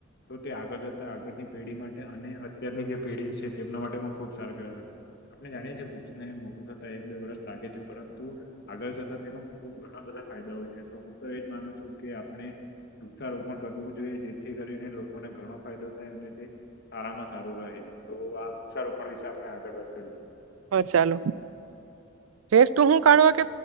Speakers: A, on the left; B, on the right.
A: તો તે આગળ જતા આગળની પેઢી માટે અને અત્યારની જે પેઢી છે તેમના માટે પણ ખુબ સારું કહેવાશે આપણે જાણીએ છીએ વૃક્ષને મોટું થતા એક બે વર્ષ લાગે છે પરંતુ આગળ જતા તેનો ખબ ઘણા બધા ફાયદા છે તો હું તો એજ માનું છું કે આપણે વૃક્ષારોપણ કરવું જોઈએ જેથી કરીને લોકો મને ઘણો ફાયદો થાય સારામાં સારું રહે તો આ વૃક્ષારોપણ વિશે આપણે આગળ વાત કરી
B: હા ચાલો ફેસું શું કાઢવા કે